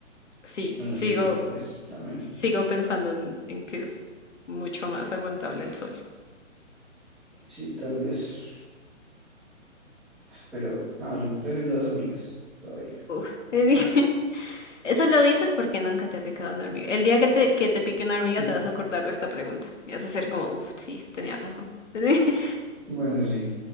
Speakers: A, on the left; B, in the centre.
A: sí,
B: Bueno,
A: sigo,
B: sí, tal vez también.
A: sigo pensando en, en que es mucho más aguantable el sol.
B: Sí, tal vez. Pero no, yo prefiero las hormigas todavía.
A: Uf. <laughs> Eso lo dices porque nunca te ha picado una hormiga. El día que te, que te pique una hormiga
B: <laughs>
A: te vas a acordar de esta pregunta. Y vas a ser como, uff, sí, tenía razón. <laughs>
B: Bueno, sí.